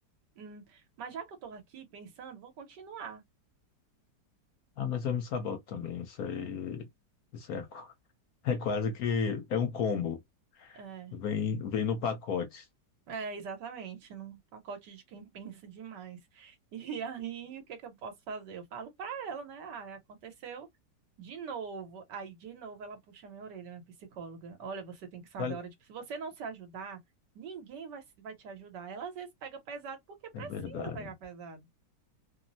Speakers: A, on the right; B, on the left.
A: hum, mas já que eu estou aqui pensando, vou continuar.
B: Ah, mas eu me saboto também. Isso aí, isso é, qu- <laughs> é quase que é um combo.
A: é,
B: Vem, vem no pacote.
A: É, exatamente, num pacote de quem pensa demais. <laughs> E aí, o que é que eu posso fazer? Eu falo pra ela, né? Ah, aconteceu de novo. Aí, de novo, ela puxa minha orelha, minha psicóloga. Olha, você tem que saber
B: Vale-
A: a hora de. Se você não se ajudar, ninguém vai, se- vai te ajudar. Ela às vezes pega pesado porque precisa
B: É verdade.
A: pegar pesado.